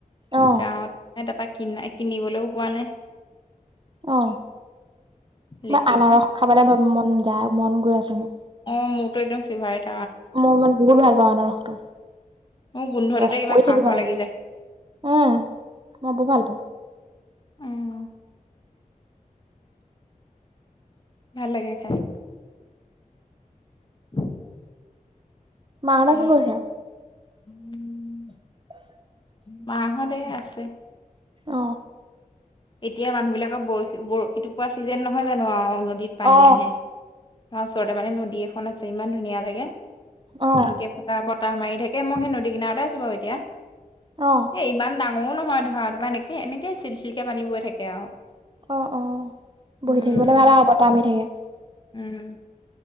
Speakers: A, on the right; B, on the left.
A: অ
B: গাঁৱত নাই তাপা কিনা কিনিবলৈও পোৱা নাই
A: অ
B: লেটেকু
A: বা আনাৰস খাবলে মন যায় মন গৈ আছে মো
B: অ মোৰতো একদম ফিভাৰেট
A: মই মান বহুত ভাল পাওঁ আনাৰসটো
B: মোৰ গোন্ধটোতে
A: ৰস
B: কিবা
A: পৰি
B: খাওঁ
A: থাকিব
B: খাওঁ
A: লাগে।
B: লাগি যায়
A: উম মই বৰ ভাল পাওঁ
B: উম ভাল লাগে খাই <inaudible>
A: মাহঁতে
B: খাই
A: কি কৰিছে?
B: <inaudible>
A: <unintelligible>
B: মা হত এ আছে।
A: অ'।
B: এতিয়া মানুহবিলাকৰ বৰশী বৰশী টোপোৱা চিজনে নহয় জানো আৰু নদীত পানী
A: অ
B: আহে। আমাৰ ওচৰতে মানে নদী এখন আছে ইমান ধুনীয়া লাগে
A: অ
B: এনেকে পতাপত বতাহ মাৰি থাকে, মই সেই নদী কিনাৰতে আছো বাৰু এতিয়া এ!
A: অ
B: ইমান ডাঙৰ ৰো নহয় ধৰা ত বা এনেকে, এনেকে চিল- চিল কে পানী বৈ থাকে আৰু
A: অ', অ' বহি
B: উম
A: থাকিবলৈ ভাল আৰু বতাহ মাৰি থাকে।
B: উ'ম,